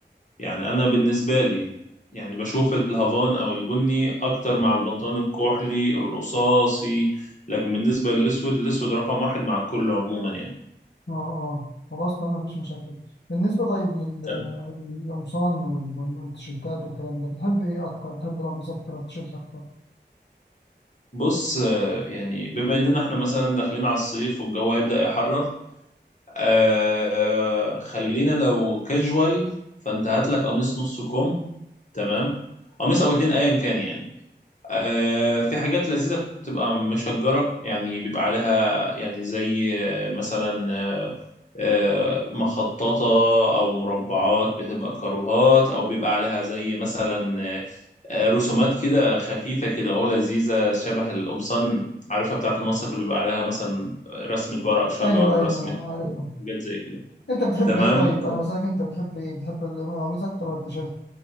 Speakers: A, on the left; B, on the left.
A: يعني انا بالنسبة لي يعني بشوف الهافان او البني اكتر مع البنطلون الكحلي الرصاصي لكن بالنسبة للاسود الاسود رقم واحد مع الكل عموما يعني
B: آه آه. خلاص تمام مفيش مشاكل بالنسبة طيب لل...
A: طب
B: للقمصان وال- والتيشيرتات والكلام ده بتحب إيه أكتر؟ بتحب القميص أكتر ولا التيشيرت أكتر؟
A: بص آه، يعني بما اننا احنا مثلا داخلين على الصيف والجو هيبدأ يحرر آه خلينا لو كاجوال فانت هات لك قميص نص كم تمام قميص او اتنين ايا كان يعني آه، في حاجات لذيذة بتبقى مشجرة يعني بيبقى عليها يعني زي آه، مثلا آه، آه، مخططة أو مربعات بتبقى كاروهات أو بيبقى عليها زي مثلا آه، آه، رسومات كده خفيفة كده هو لذيذة شبه القمصان عارفها بتاعة المصيف اللي بيبقى عليها مثلا رسمة ورق شجر
B: أيوه أيوه
A: رسمة
B: عارفها
A: آه، حاجات زي كده
B: انت بتحب
A: تمام
B: ايه طيب انا بسألك انت بتحب ايه بتحب القميص اكتر ولا التيشيرت